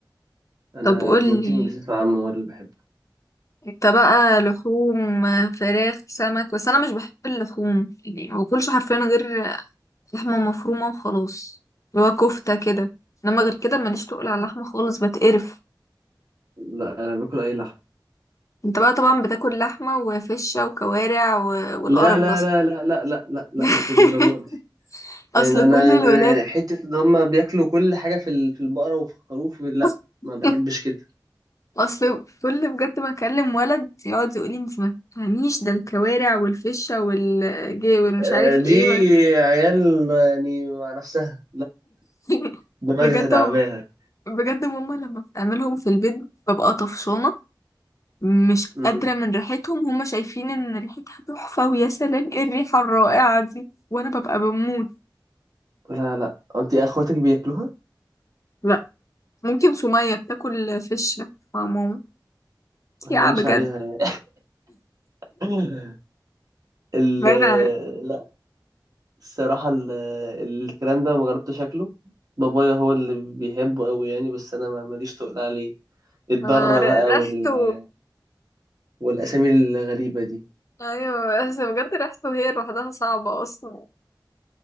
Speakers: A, on the right; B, on the left.
A: انا
B: طب قولي
A: بروتين بصفه عامه هو اللي بحبه
B: انت بقى لحوم فراخ سمك بس انا مش بحب اللحوم يعني ما باكلش حرفيا غير لحمة مفرومة وخلاص اللي هو كفتة كده انما غير كده ماليش تقول على اللحمة خالص بتقرف
A: لا انا باكل اي لحم
B: انت بقى طبعا بتاكل لحمة وفشة وكوارع و... والقرف
A: لا لا
B: ده اصلا
A: لا لا لا لا لا, لا
B: <laughs>
A: مش للدرجه دي
B: اصل
A: يعني انا
B: كل الولاد
A: أنا حته ان هم بياكلوا كل حاجه في ال- في البقره وفي الخروف لا
B: <laughs>
A: ما بحبش كده
B: اصل كل بجد ما اكلم ولد يقعد يقول لي انت ما تفهميش ده الكوارع والفشه والجي والمش
A: آه،
B: عارف
A: دي
B: ايه و...
A: عيال يعني مع نفسها
B: <laughs>
A: دماغها
B: بجد
A: تعباها
B: بجد ماما لما بتعملهم في البيت ببقى طفشانه مش قادره
A: مم.
B: من ريحتهم هما شايفين ان ريحتها تحفه ويا سلام ايه الريحه الرائعه دي وانا ببقى بموت
A: لا لا انت اخواتك بياكلوها
B: لا ممكن سميه بتاكل فشه مع ماما
A: ما
B: يا
A: يبانش
B: بجد
A: عليها يعني
B: <laughs>
A: <laughs> ال
B: باينه عليك.
A: لا الصراحة ال... الكلام ده ما جربتش شكله بابايا هو اللي بيحبه قوي يعني بس انا ما ماليش تقول عليه الضرة
B: ما ر-
A: بقى
B: ريحته
A: وال... والاسامي الغريبة دي
B: ايوه بس بجد ريحته هي لوحدها صعبة اصلا